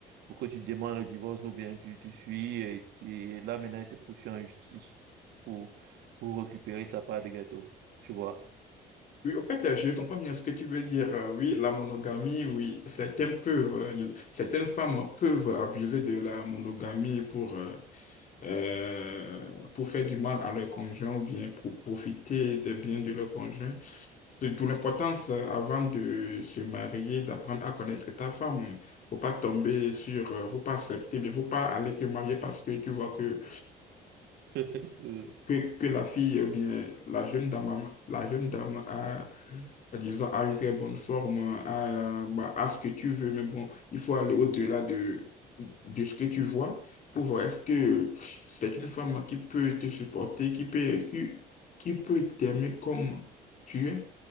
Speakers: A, on the right (about 80°); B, on the left (about 50°).
A: pour que tu demandes le divorce ou bien tu, tu fuis. Et, et là, maintenant, elles te poursuivent en justice pour, pour récupérer sa part de gâteau. Tu vois? <laughs>
B: Oui, en fait, je comprends bien ce que tu veux dire. Euh, Oui, la monogamie, oui, certaines peuvent, euh, certaines femmes peuvent abuser de la monogamie pour, euh, euh, pour faire du mal à leur conjoint ou bien pour profiter des biens de leur conjoint. C'est d'où l'importance, euh, avant de se marier, d'apprendre à connaître ta femme. Faut pas tomber sur, euh, faut pas accepter, mais faut pas aller te marier parce que tu vois que
A: Euh,
B: que, que la fille, eh bien, la jeune dame, a- la jeune dame a, euh, disons, a une très bonne forme, a, bah, a ce que tu veux, mais bon, il faut aller au-delà de, de ce que tu vois pour voir est-ce que c'est une femme qui peut te supporter, qui peut, qui, qui peut t'aimer comme tu es,